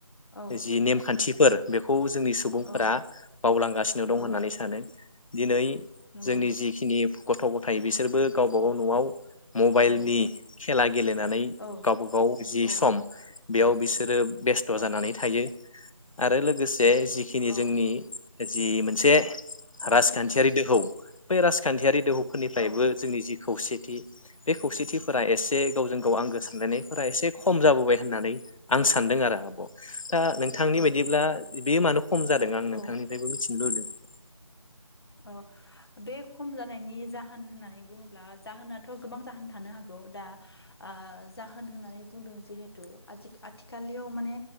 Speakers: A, on the left; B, on the left.
A: औ
B: जि नेमखान्थिफोर बेखौ जोंनि सुबुंफोरा
A: औ
B: बावलांगासिनो दं
A: औ
B: होननानै सानो दिनै
A: नंगौ
B: जोंनि जिखिनि गथ गथाय बिसोरबो गावबागाव नआव मबाइलनि
A: औ
B: खेला गेलेनानै
A: औ
B: गावबा गाव जि
A: औ
B: सम बेयाव बिसोरो बेस्थ
A: औ
B: जानानै थायो आरो लोगोसे जे जिखिनि
A: औ
B: जोंनि जि मोनसे
A: औ
B: राजखान्थियारि दोहौ बै राजखान्थियारि दोहौफोरनिफ्रायबो
A: औ
B: जोंनि जि खौसेथि बे खौसेथि फोर एसे गावजों गाव आंगो सानलायनायफोरा एसे खम जाबोबाय होननानै आं सान्दों आरो ओ नोंथांनि
A: औ
B: बायदिब्ला बे मानो खम जादों आं नोंथांनिफ्रायबो
A: औ
B: मिथिनो लुबैदों
A: औ बे खम जानायनि जाहोन होननानै बुङोब्ला जाहोनाथ गोबां जाहोन थानो हागौ दा ओ जाहोन होननानै बुंदों जिहेथु आथि आथिखालिय माने